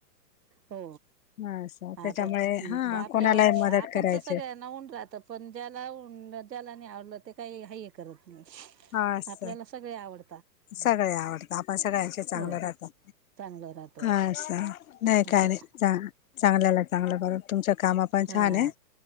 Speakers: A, on the right (about 75°); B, on the left (about 55°).
A: हो
B: हा असं त्याच्यामुळे
A: आत उ
B: हा
A: आपल्य
B: कोणालाही मदत
A: आपण
B: करायची
A: तर सगळ्यांना हून राहत. पण ज्याला ऊन त्याला नाही आवडलं, ते काही हाये करत नाही.
B: हा असं
A: आपल्याला सगळे आवड
B: सगळे आवडता, आपण सगळ्यांशी चांगलं
A: हो
B: राहतो,
A: चांगलं राहतो
B: असं. नाही
A: असं
B: काय नाही, चांग चांगलं लागतं आम्हाला बघून. तुमच कामं पण
A: हा
B: छान आहेत!